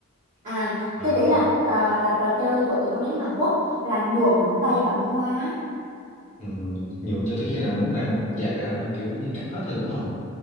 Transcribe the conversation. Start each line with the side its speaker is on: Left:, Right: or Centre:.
Right: à
Left: à
Right: cái đấy là ờ, là trò chơi của tụi con nít Hàn Quốc là nhuộm móng tay bằng hoa
Left: ừ, nhuộm cho tới khi nào móng tay mọc dài ra kiểu như cắt hết rồi đúng không